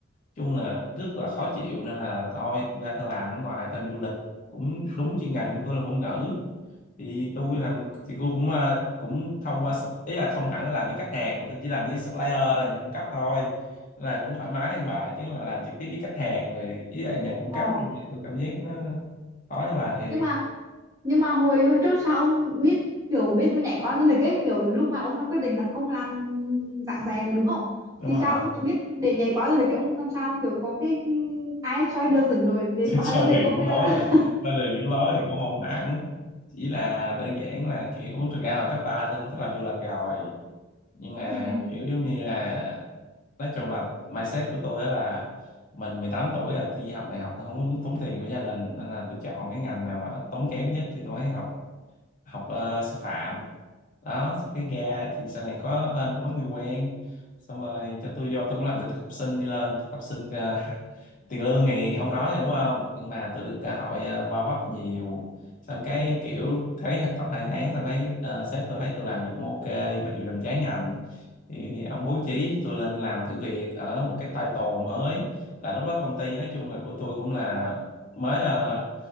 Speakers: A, on the left; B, on the right.
A: chung là rất là khó chịu nên là thôi tôi ra tôi làm ở ngoài tên du lịch cũng đúng chuyên ngành của tôi là ngôn ngữ thì tôi làm thì tôi cũng ờ, cũng thông qua sup- ý là không hẳn là làm với khách hàng mà tôi chỉ làm với supplier là nhà cung cấp thôi Nên là cũng thoải mái hơn bà chứ mà làm trực tiếp với khách hàng rồi với lại nhà cung
B: ờ.
A: cấp thì tôi cảm giác nó khó cho bà thiệt
B: nhưng mà nhưng mà hồi hồi trước sao ông biết kiểu biết mà nhảy qua du lịch ấy kiểu lúc mà ông đang quyết định là không làm giảng dạy nữa đúng không
A: đúng
B: thì
A: rồi
B: sao ông biết để nhảy qua du lịch ấy, ông làm sao kiểu có cái ừ, ai soi đường dẫn lối để
A: <laughs>
B: qua
A: soi
B: du lịch
A: từ
B: không
A: những
B: hay
A: lối
B: là
A: hả soi từ những lối thì cũng không hẳn chỉ là đơn giản là kiểu thực ra hồi cấp 3 tôi cũng thích làm du lịch rồi nhưng mà
B: ừ
A: kiểu giống như là nói chung là mindset của tôi đó là mình 18 tuổi là tôi đi học đại học tôi không muốn tốn tiền của gia đình nên là tôi chọn cái ngành nào mà ít tốn kém nhất thì tôi mới học học ờ, sư phạm đó xong cái ra thì sau này có hên cũng có người quen xong rồi cho tôi vô tôi cũng làm từ thực tập sinh đi lên thực tập sinh ờ, tiền lương thì không nói rồi đúng không nhưng mà tôi được cơ hội ờ, va vấp nhiều xong cái kiểu thấy thực tập hai tháng xong cái ờ, sếp tôi thấy tôi làm gì cũng ok mặc dù làm trái ngành thì ông bố trí tôi lên làm thử việc ở một cái title mới là lúc đó công ty nói chung là của tôi cũng là mới ờ,